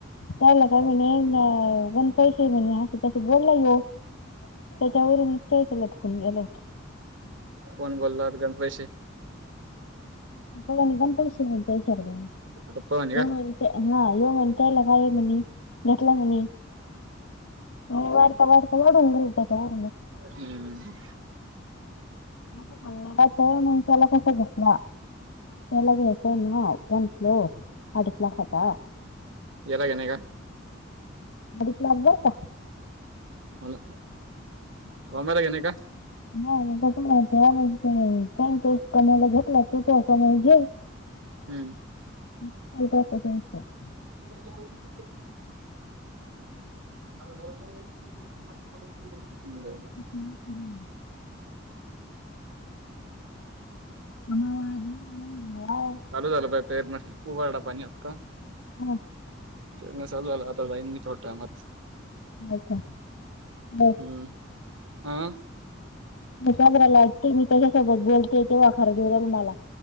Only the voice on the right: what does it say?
कोण बोललात गण पैसे
पप्पा म्हणे का
हम्म.
याला घेणे का
होला वाम्याला घे नाही का?
हम्म.
<unintelligible> <unintelligible>
चालू झालं पा प्रयत्न उगडा पाणी आता
चाू झाला आता जाईन मी थोड्या टाईमत
हम्म हा.